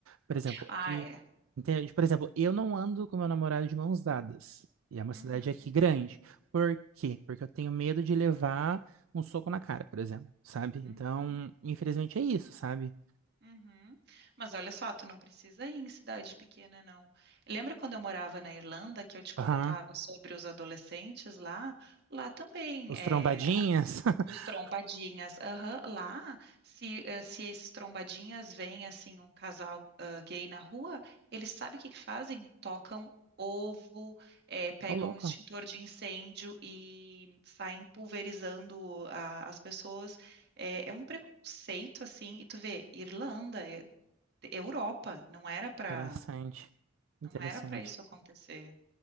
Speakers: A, on the right (about 80°); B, on the right (about 50°).
A: Por exemplo,
B: Ah,
A: e-
B: é.
A: entende? Por exemplo, eu não ando com meu namorado de mãos dadas. E é uma
B: Uhum,
A: cidade aqui grande. Por quê? Porque eu tenho medo de levar um soco na cara, por exemplo, sabe?
B: uhum,
A: Então, infelizmente é isso, sabe?
B: uhum. Mas olha só, tu não precisa ir em cidade pequena, não. Lembra quando eu morava na Irlanda, que eu te comentava
A: Aham.
B: sobre os adolescentes lá? Lá também.
A: Os
B: é,
A: trombadinhas. <laughs>
B: Os trombadinhas, aham, Lá, se, eh, se esses trombadinhas veem, assim, um casal ah, gay na rua, eles sabem o que que fazem? Tocam ovo, eh, pegam
A: Ô, louco.
B: um extintor de incêndio e saem pulverizando a- as pessoas. É, é um preconceito, assim, e tu vê, Irlanda, é- Europa, não era pra,
A: Interessante. Interessante.
B: não era para isso acontecer.